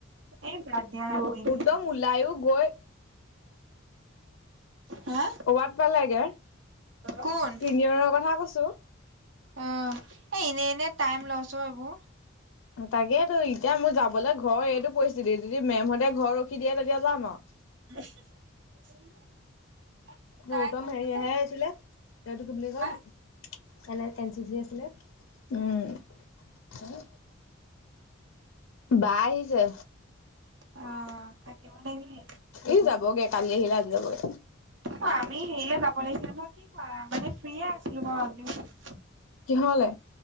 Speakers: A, on the right (about 70°); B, on the left (about 75°).
A: এই বাদ দিয়া আকৌ এনেই এনেই
B: <unintelligible> ওলাইয়ো গৈ
A: হা
B: ক'ৰবাত পালেগে?
A: কোন?
B: চিনিয়ৰৰ কথা কৈছো।
A: আ, এ, এনে এনে টাইম লছ অ এইবোৰ।
B: তাকেইতো, এতিয়া মোৰ যাবলৈ ঘৰৰ এইটো পৰিস্থিতি, যদি মেমহতে ঘৰ ৰখি দিয়ে তেতিয়া যাম আৰু।
A: <unintelligible> তাই
B: <unintelligible>
A: ক'ব
B: হেৰি
A: চাগে,
B: হে আছিলে, সেইটো কি বুলি কয়?
A: হা?
B: এনে এন চি চি আছিলে। উম। বা আহিছে।
A: অ, থাকিব নেকি?
B: ই, যাবগে, কালি আহিলে, আজি যাবগে।
A: অ', আমি <unintelligible> কি কোৱা, মানে ফ্ৰিয়ে আছিলো বাৰু আজি।
B: কিহ'লে?